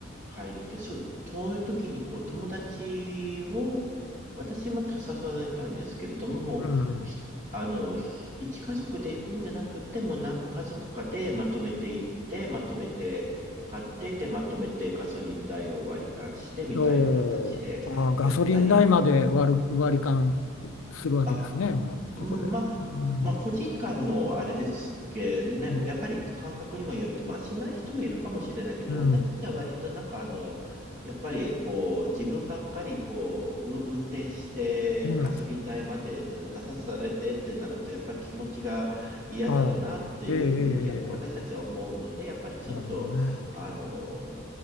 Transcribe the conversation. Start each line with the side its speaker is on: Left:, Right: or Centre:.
Right: 買いに行って、そう、そういう時にこう友達を、私も誘われたんですけれども、もう、
Left: うん、
Right: ひあの、ひ一家族で行くんじゃなくて、もう何家族かでまとめて行って、まとめて買って、で、まとめてガソリン代を割り勘してみたいな形でやったり、
Left: おあーガソリン代まで割る、割り勘するわけですねもうそこで。
Right: あ、うん、まあ、
Left: うん、
Right: まあ、個人間のあれですけど、ね、
Left: うん、
Right: やっぱり感覚にもよって、まあ、しない人もいるかもしれないけど、
Left: うん、
Right: 私たちは割となんかあの、やっぱりこう、自分ばっかりこう、う運転してガソリン代までだ出さされてってなると、
Left: うん、
Right: やっぱり気持ちが嫌だろうなっていうふうに、
Left: ああええええええ
Right: やっぱ私たちは思うので、やっぱりちょっと、
Left: なるほどね。
Right: あの、